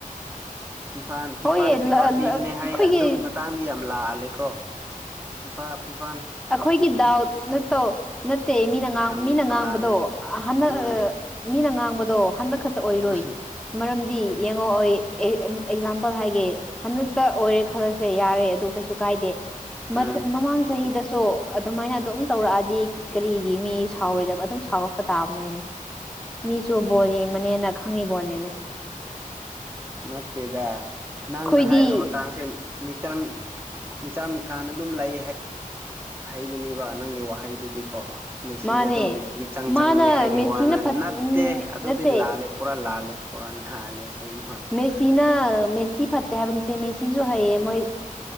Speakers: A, on the right; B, in the centre.
A: ꯐꯤꯐꯥ ꯐꯤꯐꯥꯅ
B: ꯍꯣꯏ ꯑꯩꯈꯣꯏꯒꯤ
A: ꯐꯦꯚꯔ ꯄꯤꯕꯅꯦ ꯍꯥꯏꯌꯦ ꯑꯗꯨꯒꯤ ꯃꯇꯥꯡꯗ ꯌꯥꯝ ꯂꯥꯜꯂꯦꯀꯣ ꯐꯤꯐꯥ ꯐꯤꯐꯥ
B: ꯑꯩꯈꯣꯏꯒꯤ ꯗꯥꯎꯠ ꯅꯠꯇꯦ ꯅꯠꯇꯦ ꯃꯤꯅ
A: ꯌꯥꯝ
B: ꯃꯤꯅ
A: ꯇꯣꯡꯉꯥꯜꯂꯦ
B: ꯉꯥꯡꯕꯗꯣ ꯍꯥꯟꯅ
A: ꯎꯝ
B: ꯃꯤꯅ ꯉꯥꯡꯕꯗꯣ ꯍꯟꯗꯛ ꯈꯛꯇ ꯑꯣꯏꯔꯣꯏ
A: ꯎꯝ
B: ꯃꯔꯝꯗꯤ ꯌꯦꯡꯉꯛꯑꯣꯏ ꯑꯦꯛꯖꯥꯝꯄꯜ ꯍꯥꯏꯒꯦ ꯍꯟꯗꯛꯇ ꯑꯣꯏꯔꯦ ꯈꯜꯂꯁꯦ ꯌꯥꯔꯦ ꯑꯗꯨ ꯀꯩꯁꯨ ꯀꯥꯏꯗꯦ
A: ꯎꯝ
B: ꯃꯃꯥꯡ ꯃꯃꯥꯡ ꯆꯍꯤꯗꯁꯨ ꯑꯗꯨꯃꯥꯏꯅ ꯑꯗꯨꯝ ꯇꯧꯔꯛꯑꯗꯤ ꯀꯔꯤꯒꯤ ꯃꯤ ꯁꯥꯎꯔꯣꯏꯗꯕ ꯑꯗꯨꯝ ꯁꯥꯎꯔꯛꯄ ꯇꯥꯕꯅꯤꯅꯦ ꯃꯤꯁꯨ ꯕꯣꯜ ꯌꯦꯡꯕꯅꯤꯅ ꯈꯪꯉꯤꯕꯣꯅꯤꯅꯦ
A: ꯅꯠꯇꯦꯗ
B: ꯑꯩꯈꯣꯏꯗꯤ
A: ꯅꯪꯅ ꯍꯥꯏꯕ ꯃꯇꯥꯡꯁꯦ ꯃꯤꯆꯪ ꯃꯤꯆꯪ ꯃꯤꯈꯥꯅ ꯑꯗꯨꯝ ꯂꯩ ꯍꯥꯏꯕꯤꯅꯤꯕ ꯅꯪꯒꯤ ꯋꯥꯍꯩꯗꯨꯗꯤꯀꯣ ꯃꯦꯁꯤꯗ
B: ꯃꯥꯅꯦ
A: ꯑꯗꯨꯝ ꯃꯤꯆꯪ
B: ꯃꯥꯅ
A: ꯆꯪꯅꯤ ꯍꯥꯏꯕꯒꯤ
B: ꯃꯦꯁꯤꯅ
A: ꯋꯥꯅ
B: ꯐꯠ
A: ꯅꯠꯇꯦ ꯑꯗꯨꯗꯤ
B: ꯅꯠꯇꯦ
A: ꯂꯥꯜꯂꯦ ꯄꯨꯔꯥ ꯂꯥꯜꯦ ꯄꯨꯔꯥ ꯂꯥꯜꯂꯦ ꯑꯁꯦꯡꯕ
B: ꯃꯦꯁꯤꯅ ꯃꯦꯁꯤ ꯐꯠꯇꯦ ꯍꯥꯏꯕ ꯅꯠꯇꯦ ꯃꯦꯁꯤꯁꯨ ꯍꯩꯌꯦ ꯃꯣꯏ